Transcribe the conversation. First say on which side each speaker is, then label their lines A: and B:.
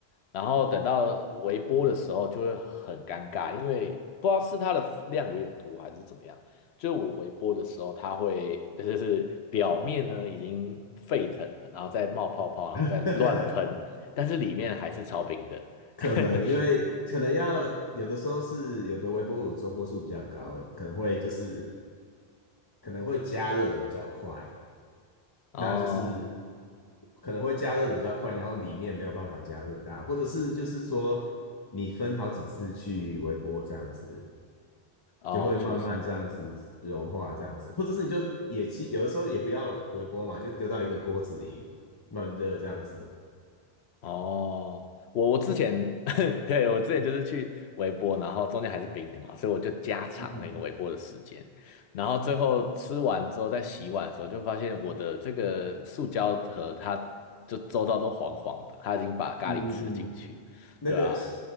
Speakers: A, on the left; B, on the left.
A: 然后等到微波的时候就会很尴尬，因为不知道是它的量有点多还是怎么样。就是我微波的时候，它会就是表面呢已经沸腾了，然后再冒泡泡，然后再乱喷，
B: 嗯嗯，
A: 但是里面还是超冰的。
B: <laughs> 可能因为可能要有的时候是有的微波炉周波数比较高，
A: <laughs>
B: 可能会就是可能会加热的比较快，
A: 哦
B: 那就是可能会加热的比较快，然后里面没有办法加热到，或者是就是说你分好几次去微波这样子。
A: 哦，
B: 就会慢慢这样子融化，
A: 确实
B: 这样子，或者是你就也其有的时候也不要微波嘛，就丢到一个锅子里慢热这样子。
A: 哦，我我之前 <laughs> 对我之前就是去微波，然后中间还是冰的嘛，所以我就加长那个微波的时间，
B: 嗯嗯
A: 然后最后吃完之后在洗碗的时候，就发现我的这个塑胶盒它就周遭都黄黄的，它已经把咖喱吃进去，
B: 嗯，嗯嗯嗯，那个，
A: 对啊。